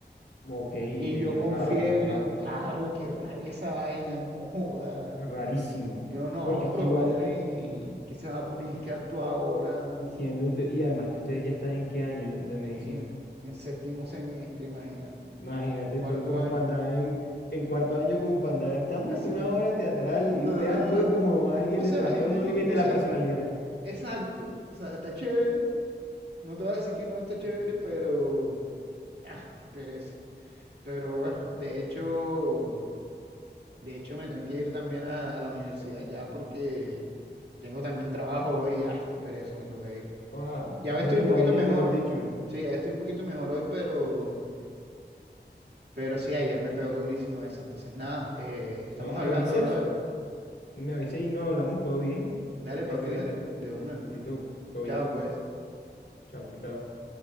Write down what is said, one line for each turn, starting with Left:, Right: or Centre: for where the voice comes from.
Left: Ok,
Right: Y
Left: medio
Right: yo con
Left: raro,
Right: fiebre,
Left: pero ajá,
Right: claro, qué rabia esa vaina, <laughs> joda.
Left: rarísimo.
Right: Yo no,
Left: Porque es
Right: profe,
Left: que igual,
Right: que se va a poner
Left: y
Right: que actúa ahora, no,
Left: y siendo usted, y además que ustedes ya están en qué año de medicina.
Right: en, en séptimo semestre, imagínate,
Left: Imagínate,
Right: cuarto
Left: tú como
Right: año,
Left: panda en, en cuarto año como panda, estamos
Right: haciendo...
Left: en una obra teatral
Right: <laughs>
Left: y
Right: Ajá.
Left: usted actúe como alguien
Right: O sea,
Left: de trastorno
Right: entiendo,
Left: límite
Right: o
Left: de la
Right: sea,
Left: personalidad.
Right: exacto, o sea, está chévere, no te voy a decir que no está chévere,
Left: Mm.
Right: pero... Ah, qué pereza. Pero bueno, de hecho... De hecho, me tengo que ir también a, a la universidad ya porque tengo también trabajo hoy. Ay, qué pereza, me toca ir.
Left: Ah,
Right: Ya
Left: bueno,
Right: estoy un
Left: está
Right: poquito
Left: bien,
Right: mejor.
Left: mejor dicho.
Right: Sí, ya estoy un poquito mejor hoy, pero, pero sí, ayer me pegó durísimo eso. Entonces, nada, eh, estamos
Left: No me
Right: hablando,
Left: avisas,
Right: brother.
Left: me avisas y nos hablamos, todo bien.
Right: Dale,
Left: Ahí
Right: papi,
Left: fue,
Right: dale, de una.
Left: listo, todo
Right: Chao,
Left: bien.
Right: pues.
Left: Chao, chao, chao.